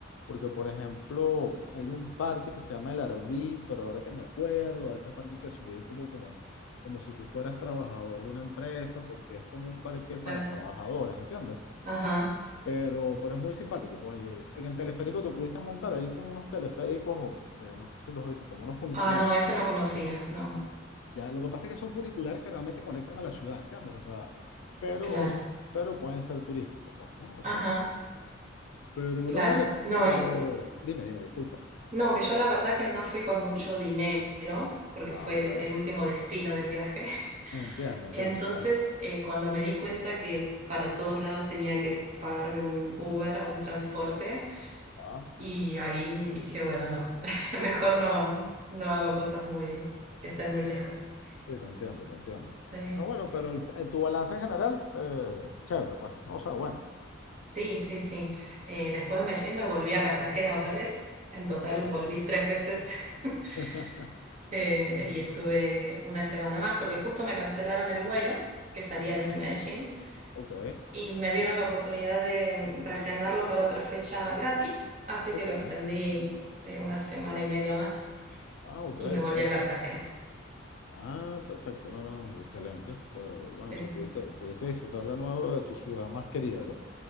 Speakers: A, on the left; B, on the right.
A: porque por ejemplo hay un parque que se llama el Arví, pero ahora que me acuerdo, a ese parque hay que subir como, como, como si tú fueras trabajador de una empresa, porque es como un parque para
B: Claro,
A: trabajadores, ¿entiendes?
B: ajá.
A: Pero, pero es muy simpático. pues, oye, en el teleférico te pudiste montar, hay como unos teleféricos, eh, no sé si los has visto, como unos funiculares.
B: Ah, no, eso no conocía, no.
A: Ya, lo que pasa es que son funiculares que realmente conectan a la ciudad, ¿entiendes? O sea, pero,
B: Claro,
A: pero pueden ser turísticos, pues, ¿no? O
B: ajá,
A: sea, pero, pero
B: claro.
A: no vale,
B: No,
A: pero
B: eh,
A: dime, dime, disculpa.
B: no, que yo la verdad que no fui con mucho dinero, porque
A: Ah,
B: fue
A: ok.
B: el último destino del viaje.
A: Entiendo, entiendo,
B: Entonces,
A: ya.
B: eh, cuando me di cuenta que para todos lados tenía que pagarme un Uber o un transporte,
A: Ah,
B: y ahí dije, bueno, no, <laughs> mejor
A: Sí,
B: no, no hago cosas muy, que estén muy lejos.
A: te entiendo, te entiendo.
B: Sí,
A: No, bueno, pero el, el- tu balance en general, eh, chévere, pues, no, o sea, bueno.
B: sí, sí. sí. Eh, después de Medellín me volví a Cartagena otra vez. En
A: ok.
B: total volví tres veces.
A: <laughs>
B: <laughs> Eh, y estuve una semana más porque justo me cancelaron el vuelo que salía
A: Ajá,
B: desde Medellín.
A: ok,
B: y me dieron la oportunidad de reagendarlo para otra fecha gratis, así
A: ok.
B: que lo extendí eh, una semana y media más
A: Ah, ok,
B: y me volví
A: ok.
B: a Cartagena.
A: Ah, perfecto, no, no, excelente. O sea, bueno,
B: Sí.
A: o sea, pudiste, pudiste disfrutar de nuevo de tu ciudad más querida, pues.